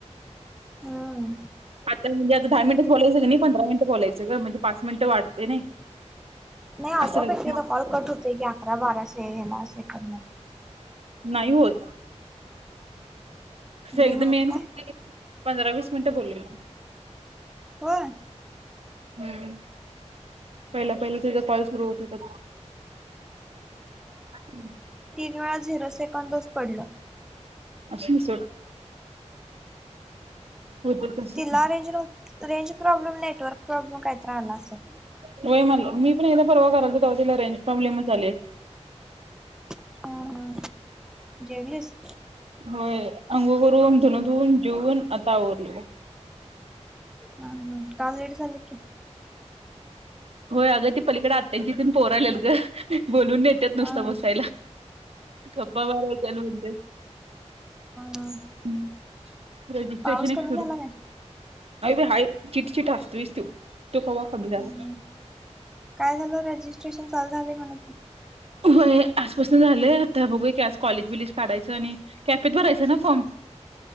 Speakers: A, in the centre; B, on the right.
A: हम्म
B: आता म्हणजे आता दहा मिनिट बोलायच नाही पंधरा मिनिट. बोलायचं ग म्हणजे पाच मिनिटं वाढतय नाही.
A: नाही
B: असं
A: आपोप
B: करायचं
A: एक एकदा कॉल कट होते की अकरा बारा से हेला सेकंद ला.
B: नाही होत
A: नाही
B: एकदा
A: होत
B: मी
A: काय?
B: पंधरा वीस मिनिटं बोललेलो.
A: होय?
B: हम्म. पहिला पहिला तिचा कॉल सुरू होत होता. हं.
A: किती वेळा झिरो सेकंदच पडलं.
B: असुंदे सोड. हो तर कस?
A: तिला रेंज नव्ह रेंज प्रॉबलेम, नेटवर्क प्रॉब्लेम काहीतर आला असेल.
B: व्हय मला- मी पण एकदा परवा <unintelligible> तवा तिला रेंज प्रॉब्लेमच आले.
A: असेल. जेवलीस?
B: होय. अंगोळ करून. धुन धुवून, जेऊन आता आवरलोय.
A: हम हम्. का लेट झालं की?
B: होय. अगं ती पलीकडे आत्यांची तीन पोर आल्यात ग. बोलवून नेत्यात नुसता
A: हा हा
B: बसायला. गप्पा मारायला हो त्याल म्हणते.
A: हा
B: हम्. रजिस्ट्रेशन
A: पाऊस
B: एक
A: कमी
B: सुरू.
A: झाला काय
B: अ हा चिक चिक असते <unintelligible> तो कवा <unintelligible> झालं.
A: हम्म काय झालं रजिस्ट्रेशन चालू झालय म्हण की.
B: होय. आजपासून झालंय आता बघूया की आज. कॉलेज विलेज काढायचं आणि कॅफेत भरायचं ना फॉर्म? <inaudible>